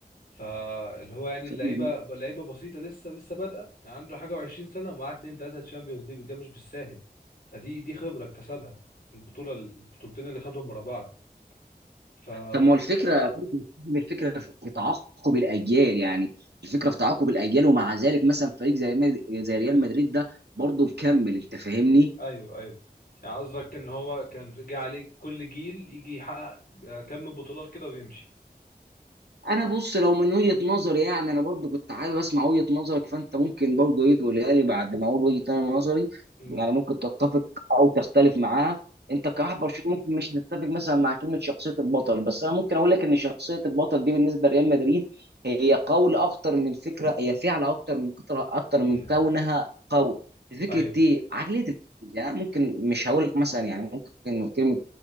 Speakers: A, on the left (about 60°); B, on the right (about 85°).
A: فاللي هو يعني اللعيبة
B: اه
A: لعيبة بسيطة لسه لسه بادئة يعني عنده حاجة وعشرين سنة ومعاه اتنين تلاتة تشامبيونز ليج وده مش بالساهل فدي دي خبرة اكتسبها في البطولة البطولتين اللي خدهم ورا بعض فا
B: طب ما هو الفكره من الفكره في في تعاقب الاجيال يعني الفكره في تعاقب الاجيال ومع ذلك مثلا فريق زي ما- زي ريال مدريد ده برضه مكمل انت فاهمني
A: ايوه ايوه يعني قصدك ان هو كان جه عليه كل جيل يجي يحقق آه، كم بطولات كده ويمشي
B: انا بص لو من وجهة نظري يعني انا برضو كنت حابب اسمع وجهة نظرك فانت ممكن برضو ايه تقولها لي بعد ما اقول وجهة أنا نظري
A: امم
B: يعني ممكن تتفق او تختلف معاها انت كواحد برشلوني ممكن مش تتفق مثلا مع كلمة شخصية البطل بس انا ممكن اقول لك ان شخصية البطل دي بالنسبة لريال مدريد هي قول اكتر من فكرة هي فعل اكتر من كترة اكتر من
A: امم.
B: كونها قول فكرة
A: ايوه
B: ايه عقلية الفوز. يعني ممكن مش هقول لك مثلا يعني ممكن كلمة